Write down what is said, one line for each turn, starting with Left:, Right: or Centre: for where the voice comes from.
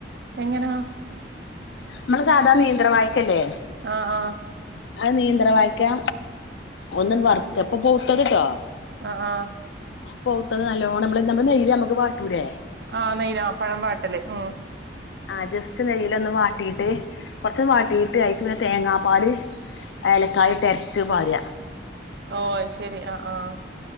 Right: എങ്ങനാ
Left: മ്മള് സാധാ നീന്ത്രവായക്കല്ലേ
Right: ആഹ് ആഹ്
Left: ആ നീന്ത്രവായിക്കാ ഒന്നന് വർക്ക പ്പപൗത്തത്ട്ടോ
Right: ആഹ് ആഹ്
Left: പൗത്തത് നല്ലോണമ്മള് നമ്മള് നെയ്യില് നമക്ക് വാട്ടൂലെ
Right: ആഹ് നെയ്യ്ല പഴംവാട്ടല് ഉം
Left: ആ ജസ്റ്റ് നെയ്യില് ഒന്ന് വാട്ടിട്ട് കൊറച്ച് വാട്ടിട്ട് അയിക്ക് പിന്നെ തേങ്ങാപ്പാല്. ഏലക്കായി ഇട്ട് അരിച്ച് പാര്
Right: ഓ അയ് ശരി ആഹ് ആഹ്